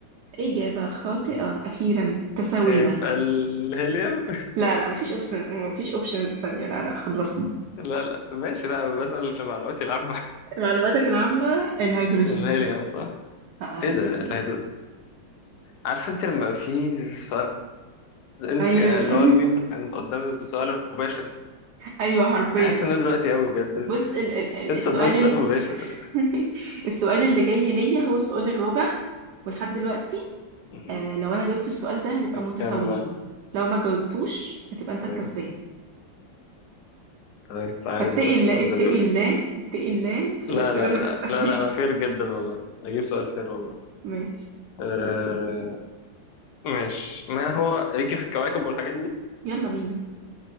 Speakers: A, on the right (about 70°); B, on the left (about 70°).
A: اجابة خاطئة اخيرا تساوينا
B: يبقى الهيليوم
A: لا لا مفيش اوبشن مفيش اوبشنز تانية لا لا خلصنا
B: <laughs> لا لا ماشي لا بسأل لمعلوماتي العامة
A: معلوماتك العامة الهيدروجين
B: <laughs> الهيليوم صح؟
A: لا هيدروجين
B: ايه ده الهيدرو عارف انت لما يبقى في سؤال انت
A: أيوة
B: اللي
A: <laughs>
B: هو الميم بتاع انت قدام السؤال المباشر
A: أيوة حرفيا
B: حاسس ان ده دلوقتي قوي بجد
A: بص ال ال ال-
B: انت
A: السؤال
B: قدام السؤال
A: ال
B: المباشر
A: <laughs> السؤال اللي جاي ليا هو السؤال الرابع ولحد دلوقتي
B: مم.
A: آه لو أنا جاوبت السؤال ده هنبقى
B: كم
A: متساويين
B: كم بقى
A: لو ما جاوبتوش هتبقى أنت
B: طيب
A: الكسبان
B: طيب تعالى
A: فاتقي
B: نشوف
A: الله
B: السؤال
A: اتقي
B: ده بيقول
A: الله
B: ايه
A: اتقي الله في
B: لا
A: الأسئلة
B: لا
A: اللي
B: لا
A: بتسألني
B: لا لا انا فير جدا والله اجيب سؤال فير والله
A: <laughs> ماشي
B: آه، مش ما هو ليكي في الكواكب والحاجات دي
A: يلا بينا